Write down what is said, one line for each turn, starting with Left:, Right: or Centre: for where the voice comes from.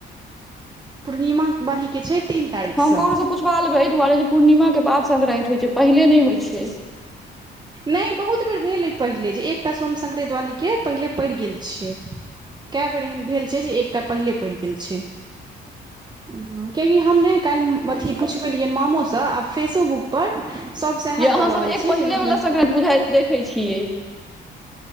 Right: पूर्णिमा बाली के छै तीन तारीख
Centre: हम
Right: सँ
Centre: ककरोसँ पुछवा लेबै, एहि दुआरे जे पूर्णिमाके बाद संक्रान्ति होइत छै, पहिले नै होइत छै।
Right: नै बहुत बेर भेल अइ पहिले, जे एकटा सोम संक्रांति वाली के पहिले पड़ि गेल छै। कए बेर एहन भेल छै, जे एकटा पहिले पड़ि गेल छै।
Centre: <inaudible>
Right: कियाकि हम ने काल्हि अथी पुछबेलियै मामोसँ, आ फेसोबुक पर सभ सएह
Centre: या अहाँ
Right: दऽ
Centre: सब
Right: रहल
Centre: एक
Right: छै,
Centre: पहिले
Right: जे मत
Centre: वाला संक्रान्ति बुझाइ देखै छियै।